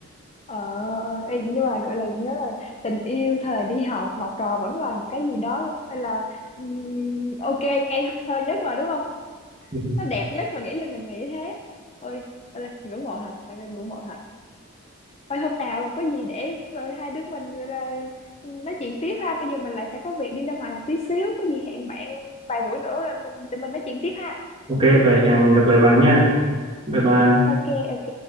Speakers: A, on the left; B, on the right.
A: ờ ờ, ê, nhưng mà gọi là nhớ là tình yêu thời đi học học trò vẫn là một cái gì đó gọi là ừm, ok ngây thơ nhất mà đúng không
B: <laughs>
A: nó đẹp nhất mà nghĩ là mình nghĩ thế ôi gọi là ngưỡng mộ thật thật là ngưỡng mộ thật Thôi hôm nào có gì để rồi hai đứa mình gọi là ừ, nói chuyện tiếp ha. Bây giờ mình lại phải có việc đi ra ngoài một tí xíu. Có gì hẹn bạn vài buổi nữa là mình tụi mình nói chuyện tiếp ha.
B: Ok, vậy hẹn gặp lại bạn nha. Bye bye.
A: Ok ok.